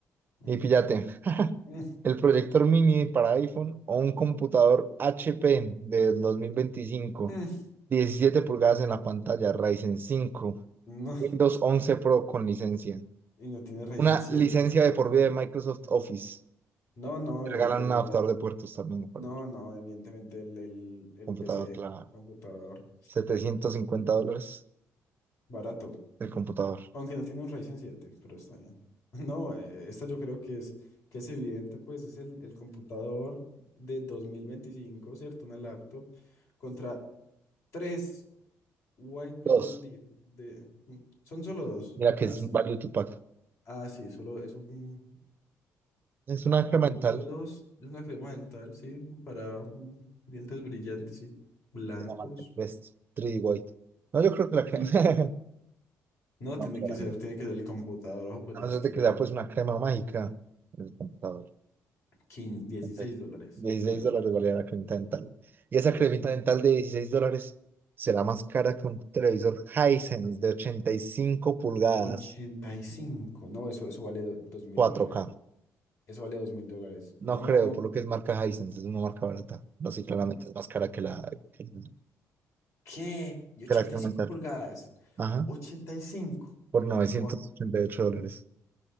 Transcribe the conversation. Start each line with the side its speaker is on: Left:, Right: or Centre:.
Left: ujú.
Right: Y fíjate,
Left: <laughs>
Right: <laughs>
Left: Mm,
Right: el proyector mini para iPhone o un computador HP de dos mil veinticinco
Left: mm,
Right: 17 pulgadas en la pantalla, Ryzen 5
Left: No,
Right: Windows 11 Pro con licencia,
Left: y no tiene Ryzen
Right: una
Left: siete
Right: licencia
Left: pero bueno.
Right: de por vida de Microsoft Office.
Left: No, no,
Right: Te
Left: el,
Right: regalan
Left: el,
Right: un
Left: el-
Right: adaptador de puertos también para
Left: no,
Right: el
Left: no, evidentemente el, el, el
Right: computador,
Left: PC,
Right: claro.
Left: computador,
Right: 750 dólares
Left: barato.
Right: el computador.
Left: Aunque no tiene un Ryzen siete pero está bien. <laughs> No, eh, esta yo creo que es, que es evidente, pues es el, el computador de dos mil veinticinco ¿cierto? Una laptop contra tres White Brilliant
Right: Dos,
Left: Deep de... mm, Son solo dos.
Right: mira que
Left: Así.
Right: es un value to pack.
Left: Ah, sí, solo es un,
Right: Es una incremental
Left: un curso de dos. Es una crema dental, sí, para mm, dientes brillantes y blancos.
Right: de la marca Crest 3D White. No, yo creo que la crema.
Left: Deep.
Right: <laughs>
Left: No,
Right: No,
Left: tiene
Right: claramente.
Left: que ser, tiene que ser el computador. Ojo, pues
Right: A
Left: le
Right: no
Left: das
Right: ser
Left: clic
Right: de que
Left: a
Right: sea
Left: lo
Right: pues
Left: que...
Right: una crema mágica en el computador.
Left: 15, 16
Right: Entonces,
Left: dólares.
Right: 16
Left: Bueno.
Right: dólares valía la cremita dental. Y esa cremita dental de 16 dólares será más cara que un televisor Hisense de 85 pulgadas
Left: 85, No, eso, eso vale do- dos mil
Right: cuatro
Left: dólares.
Right: k
Left: Eso vale dos mil dólares.
Right: No
Left: No.
Right: creo, por lo que es marca Hisense, es una marca barata. No, sí, claramente
Left: Mm,
Right: es más cara que la, que la,
Left: ¿Qué? ¿Y ochenta
Right: que la crema
Left: y cinco
Right: dental.
Left: pulgadas?
Right: Ajá,
Left: ochenta y cinco,
Right: por novecientos
Left: Buah.
Right: ochenta y ocho dólares.